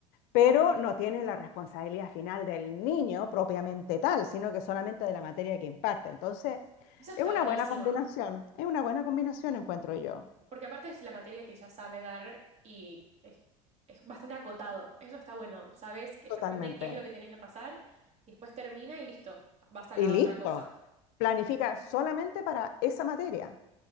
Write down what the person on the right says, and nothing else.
Eso está
buenísimo.
Porque aparte es la materia que ella sabe dar y es, es bastante acotado. Eso está bueno. Sabes que
exactamente qué es lo que tiene que pasar y después termina y listo. Vas a
la
otra cosa.